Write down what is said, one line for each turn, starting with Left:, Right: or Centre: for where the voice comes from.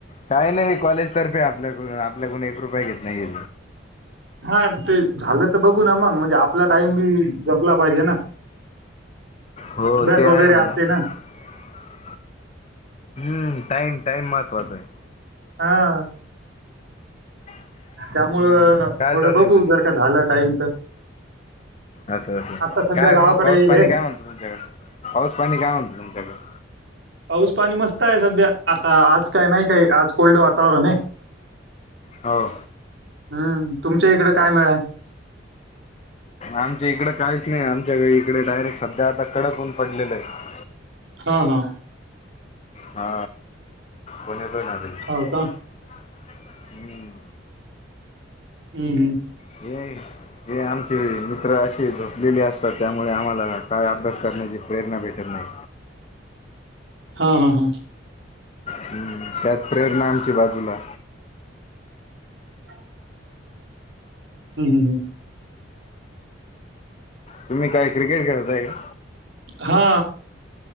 Left: काही नाही कॉलेज तर्फे आ <unintelligible> आप आपल्याकडून एक रुपय घेत नाही.
Right: हा, ते झालं तर बघू ना मग म्हणजे, आपला टाईम बी जमला पाहिजे ना.
Left: हो,
Right: अभ्यास
Left: ते
Right: वगैरे
Left: आहे म्हणा,
Right: असते
Left: -
Right: ना
Left: हम्म टाईम टाईम महत्वाचा आहे.
Right: हा.
Left: हम्म.
Right: त्यामुळं
Left: काय
Right: थोडं
Left: झालंय
Right: बघू
Left: बाकी,
Right: जर का झालं टाइम तर
Left: असं असं
Right: आता सध्या
Left: काय
Right: गावाकडे
Left: मग पाऊस
Right: येईल
Left: पाणी
Right: हे
Left: काय म्हणत तुमच्याकडे, पाऊस पाणी काय म्हणत तुमच्याकड-
Right: पाऊस पाणी मस्त आहे सध्या- आता आज काय नाही काही आज. कोल्ड वातावरण हे.
Left: हो.
Right: हम्म. तुमच्या इकडे काय मिळ
Left: आमच्या इकडं काहीच नाही, आमच्या इकडे डायरेक्ट त्या आता कडक ऊन पडलेलं आहे.
Right: हा हा
Left: हा ब हो ना दिली
Right: हो
Left: <unintelligible>
Right: का
Left: हम्म.
Right: हम्म. हम्म.
Left: हे ज आमचे मित्र अशी झोपलेली असतात, त्यामुळे आम्हाला काय अभ्यास करण्याची प्रेरणा भेटत नाही.
Right: हा, हा, हा,
Left: हम्म त्यात प्रेरणा आमची बाजूला.
Right: हम्म. हम्म. हम्.
Left: तुम्ही काय क्रिकेट खेळताय का?
Right: हा.